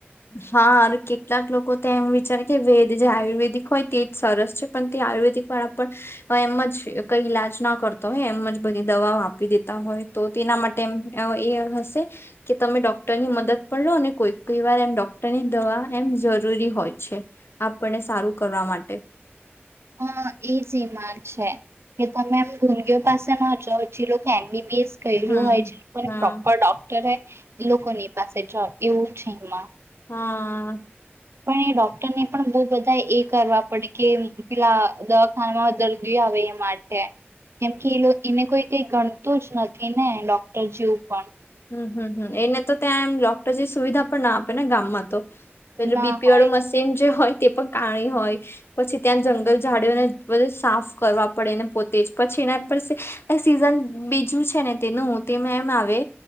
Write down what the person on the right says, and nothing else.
હહ એ સેમ માર છે કે તમે આમ <inaudible> પાસે ના જાવ જે લોકો એમ બી બી એસ કર્યું
હોય જે પણ
પ્રોપર ડોક્ટર હે ઈ લોકોની પાસે જાઓ એવું છે એમાં
પણ એ ડોક્ટરને પણ બહુ બધા એ કરવા પડે કે પેલા દવાખાનામાં દર્દીઓ આવે એ માટે. કેમ કે એ લો એને કોઈ કઈ ગણતું જ નથી ને ડોક્ટર જેવું પણ.
ના
હોય.